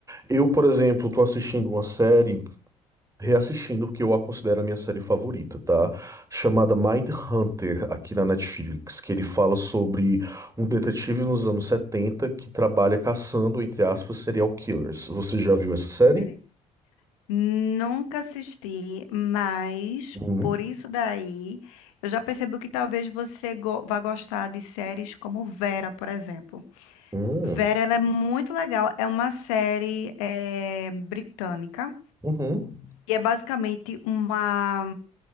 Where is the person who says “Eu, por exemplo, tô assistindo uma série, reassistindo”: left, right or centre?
Right